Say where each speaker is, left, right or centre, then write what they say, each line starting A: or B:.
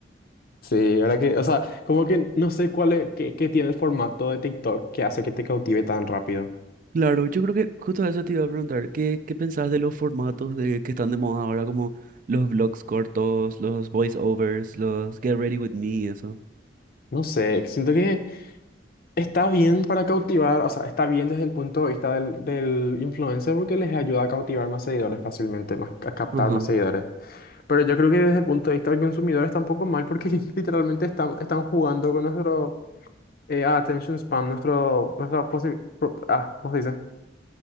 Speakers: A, on the left; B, on the right.
A: Sí, verdad que, o sea, como que no sé cuál es, qué, qué tiene el formato de TikTok que hace que te cautive tan rápido.
B: Claro, yo creo que justo eso te iba a preguntar, ¿qué, qué pensás de los formatos de, que están de moda ahora, como los vlogs cortos, los voiceovers, los Get Ready With Me, eso?
A: No sé, siento que está bien para cautivar, o sea, está bien desde el punto de vista del, del influencer porque les ayuda a cautivar más seguidores fácilmente, más, a captar
B: Ajá.
A: más seguidores. Pero yo creo que desde el punto de vista del consumidor está un poco mal porque <laughs> literalmente están, están jugando con nuestro eh, attention span, nuestro, nuestra posi- pro- ah, ¿cómo se dice?